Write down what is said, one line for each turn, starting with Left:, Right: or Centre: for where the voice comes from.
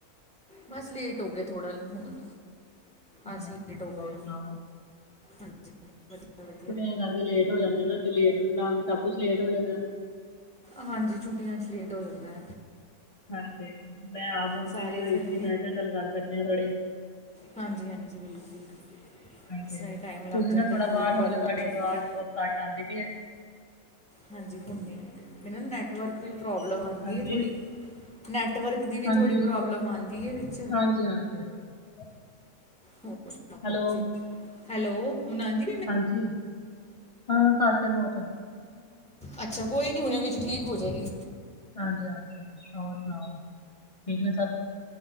Centre: ਬਸ ਲੇਟ ਹੋਗੇ ਥੋੜ੍ਹਾ ਹੁਣ
Left: ਅੱਛਾ
Centre: ਅਸੀਂ
Left: ਅੱਛਾ,
Centre: ਲੇਟ ਹੋਗੇ
Left: ਹੋਰ
Centre: ਆ।
Left: ਸੁਣਾਓ
Centre: ਹਾਂਜੀ, <inaudible>
Left: ਛੁੱਟੀਆਂ ਕਰਕੇ ਲੇਟ ਹੋ ਜਾਂਦਾ ਨਾ ਜੇ ਲੇਟ ਉੱਠਣਾ ਹੋਵੇ ਸਭ ਕੁਛ ਲੇਟ ਹੋ ਜਾਂਦਾ।
Centre: ਹਾਂਜੀ, ਛੁੱਟੀਆਂ ਚ ਲੇਟ ਹੋ ਜਾਂਦਾ।
Left: ਹਾਂਜੀ, ਮੈਂ ਆਪ ਹੁਣ
Centre: ਸਾਰੇ
Left: ਵਿਹਲੀ ਹੋਈ
Centre: ਫਿਰ
Left: ਸੀ। ਮੈਂ ਕਿਹਾ ਚੱਲ ਗੱਲ ਕਰਦੇ ਆ ਥੋੜੀ।
Centre: ਹਾਂਜੀ-ਹਾਂਜੀ, ਬਿਲਕੁਲ
Left: ਹਾਂਜੀ
Centre: ਇਸ ਤਰਾਂ ਹੀ ਟਾਈਮ ਲੱਗ
Left: ਤੁਸੀਂ
Centre: ਜਾਂਦਾ
Left: ਨਾ ਥੋੜਾ
Centre: ਥੋੜ੍ਹੀ
Left: ਬਾਹਰ
Centre: ਗੱਲ
Left: ਜਾਓ
Centre: ਹੋ
Left: ਤੁਹਾਡੀ
Centre: ਜਾਂਦੀ
Left: ਆਵਾਜ਼
Centre: ਐ।
Left: ਬਹੁਤ ਘੱਟ ਆਂਦੀ ਪਈ ਏ।
Centre: ਹਾਂਜੀ, ਹੁਣ ਨੀ ਆਏਗੀ ਮੈਨੂੰ ਨਾ ਨੈਟਵਰਕ ਦੀ ਪ੍ਰੋਬਲਮ ਆਂਦੀ
Left: ਹਾਂਜੀ
Centre: ਐ ਥੋੜ੍ਹੀ। ਨੈਟਵਰਕ ਦੀ ਵੀ
Left: ਹਾਂਜੀ
Centre: ਥੋੜੀ ਪ੍ਰੋਬਲਮ ਆਂਦੀ ਏ ਵਿੱਚ।
Left: ਹਾਂਜੀ, ਹਾਂਜੀ। <inaudible>
Centre: ਹੋਰ ਸੁਣਾਓ
Left: ਹੈਲੋ
Centre: ਤੁਸੀਂ ਹੈਲੋ, ਹੁਣ ਆਂਦੀ
Left: ਹਾਂਜੀ, ਹਾਂ ਘੱਟ ਐ ਬੋਤ।
Centre: ਅੱਛਾ, ਕੋਈ ਨੀ ਹੁਣੇ ਵਿੱਚ ਠੀਕ ਹੋਜੇਗੀ।
Left: ਹਾਂਜੀ, ਹਾਂਜੀ, ਹੋਰ ਸੁਣਾਓ ਠੀਕ ਨੇ ਸਭ?